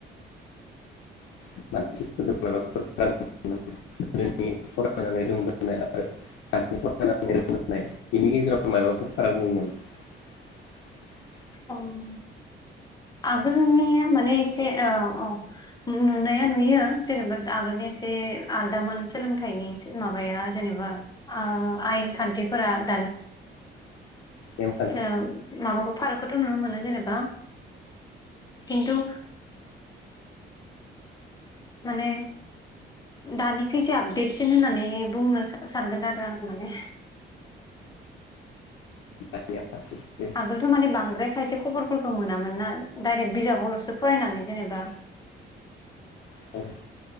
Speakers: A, on the left; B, on the left.
A: <unintelligible>
B: ओं आगोलनिया माने एसे औ नुनाया नुयो जेनेबा आगोलनि एसे आलदामोन सोलोंथाइनि माबाया जेनेबा आयेन खान्थिफोरा <unintelligible>
A: नेमखान्थि
B: ए माबाखौ फारागखौथ' नुनो मोनो जेनेबा खिन्थु माने दानिखो एसे आपडेटसिन होननानै बुंनो सानगोन आरो आं माने
A: दानिया एसे
B: आगोलथ' मानिे बांद्राय खायसे खबरफोरखौ मोनामोन ना डाइरेक्ट बिजाबावल'सो फरायनानै जेनेबा
A: दा